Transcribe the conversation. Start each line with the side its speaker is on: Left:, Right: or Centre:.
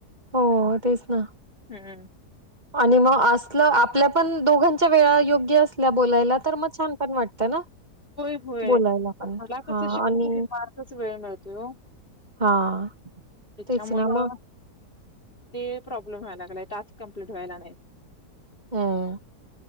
Right: हो तेच ना
Left: हम्म.
Right: आणि मग असलं आपल्या पण दोघांच्या वेळा योग्य असल्या बोलायला तर मग छान पण वाटतं ना.
Left: होय होय
Right: बोलायला पण.
Left: मला कस
Right: हां
Left: शक्यतो
Right: आणि
Left: दुपारचं वेळ मिळतोय ओ
Right: हां
Left: त्याच्यामुळं
Right: तेच ना मग.
Left: ते प्रॉब्लेम व्हाय लागलाय टास्क कंप्लीट व्हायला नाहीत.
Right: हम्म